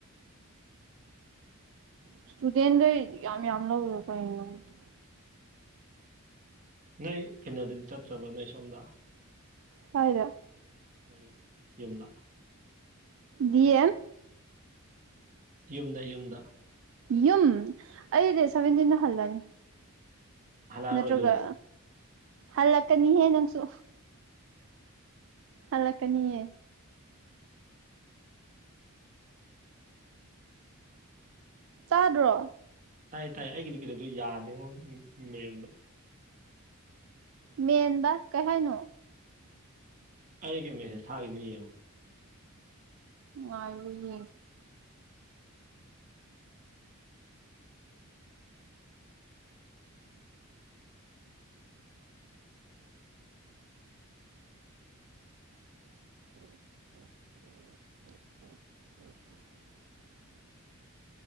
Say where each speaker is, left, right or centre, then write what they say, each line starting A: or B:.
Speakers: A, on the right; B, on the right.
A: ꯏꯁꯇꯨꯗꯦꯟꯗꯩ ꯌꯥꯝ ꯌꯥꯝ ꯂꯧꯔꯤꯔ ꯀꯩꯅꯣ ꯈꯪꯗꯦ
B: ꯅꯣꯏ ꯀꯩꯅꯣꯗꯗꯤ ꯆꯠꯇ꯭ꯔꯕ ꯅꯣꯏ ꯁꯣꯝꯗ
A: ꯀꯥꯢꯗ
B: ꯅꯣꯏ ꯌꯨꯝꯗ
A: ꯗꯤꯑꯦꯝ
B: ꯌꯨꯝꯗ ꯌꯨꯝꯗ
A: ꯌꯨꯝ ꯑꯩ ꯗꯦꯠ ꯁꯚꯦꯟꯇꯤꯟꯗ ꯍꯜꯂꯅꯤ
B: ꯍꯜꯂꯛꯑꯔꯣꯏꯗꯨꯒ
A: ꯅꯠꯇ꯭ꯔꯒ ꯍꯜꯂꯛꯀꯅꯤꯍꯦ ꯅꯪꯁꯨ ꯍꯜꯂꯛꯀꯅꯤꯌꯦ ꯇꯥꯗ꯭ꯔꯣ
B: ꯇꯥꯏ ꯇꯥꯏ ꯑꯩꯒꯤꯗꯤ ꯀꯩꯅꯣꯗꯣ ꯌꯥꯗꯦꯉꯣ ꯃꯦꯟꯕꯥ
A: ꯃꯦꯟꯕ ꯀꯩ ꯍꯥꯏꯅꯣ
B: ꯑꯩꯒꯤ ꯃꯦꯁꯦꯁ ꯊꯥꯈꯤꯕꯅꯦ ꯌꯦꯡꯉꯣ
A: ꯉꯥꯢꯌꯣ ꯌꯦꯡꯒꯦ <inaudible>